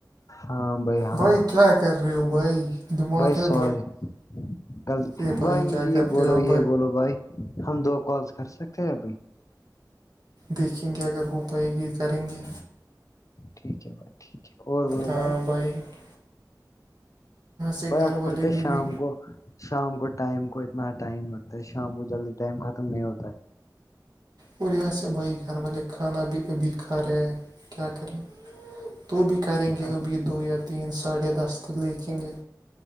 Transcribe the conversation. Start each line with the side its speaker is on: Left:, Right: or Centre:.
Left: ہاں ہاں
Right: بھائی کیا کر رہے ہو بھائی دماغ
Left: بھائی
Right: ہے
Left: سورے غلطی
Right: ارے
Left: بھائی مجھے
Right: کیا کرتے
Left: یہ بولو
Right: ہو
Left: یہ بولو بھائی ہم دو کالس کر سکتے ہیں ابھی
Right: دیکھیں گے اگر ہو پائے گی کریں گے
Left: ٹھیک ہے بھائی ٹھیک ہے اور بولو
Right: ہاں
Left: بھائی
Right: یہاں سے گھر
Left: آپ
Right: والے
Left: کو بت
Right: بھی ابھی
Left: شام کو شام کو ٹائم کو اتنا ٹائم لگتا ہے شام کو جلدی ٹائم ختم نہیں ہوتا ہے
Right: اور یہاں سے بھائی گھر والے کھانا بھی ابھی کھا رہے ہیں کیا کریں تو بھی کریں گے
Left: اچھا
Right: ابھی دو یا تین ساڑھے دس تک دیکھیں گے